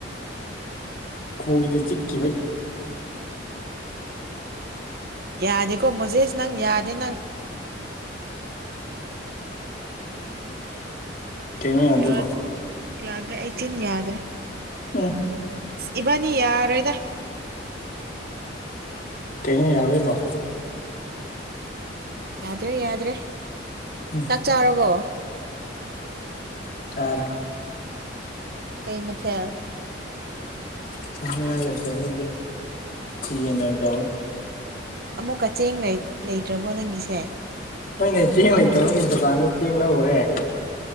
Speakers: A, on the left; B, on the right.
A: ꯈꯣꯏꯅ ꯆꯤꯛꯈꯤꯕ
B: ꯌꯥꯗꯦꯀꯣ ꯃꯣꯖꯦꯁ ꯅꯪ ꯌꯥꯗꯦ ꯅꯪ
A: ꯀꯩꯅꯣ ꯌꯥꯗꯦꯕꯣ
B: ꯌꯥꯠ ꯌꯥꯗ꯭ꯔꯦ ꯑꯩ ꯆꯤꯟ ꯌꯥꯗ꯭ꯔꯦ
A: ꯑꯣ
B: ꯏꯕꯅꯤ ꯌꯥꯔꯣꯏꯗ
A: ꯀꯩꯅꯣ ꯌꯥꯔꯣꯏꯕꯣ
B: ꯌꯥꯗ꯭ꯔꯦ ꯌꯥꯗ꯭ꯔꯦ
A: ꯎꯝ
B: ꯆꯥꯛ ꯆꯥꯔꯕꯣ
A: ꯆꯥꯔꯦ
B: ꯀꯩ ꯃꯊꯦꯜ
A: ꯊꯣꯡꯅꯤꯡꯉꯥꯏ ꯂꯩꯇꯕꯒꯤ ꯌꯦꯟ ꯑꯣꯏꯅ ꯇꯧꯋꯤ
B: ꯑꯃꯨꯛꯀ ꯆꯦꯡ ꯂꯩ ꯂꯩꯇ꯭ꯔꯕꯣ ꯅꯪꯒꯤꯁꯦ
A: ꯍꯣꯏꯅꯦ ꯆꯦꯡ ꯂꯩꯇꯕꯒꯤ ꯗꯨꯀꯥꯟꯗ ꯆꯦꯡ ꯂꯧꯔꯨꯔꯦ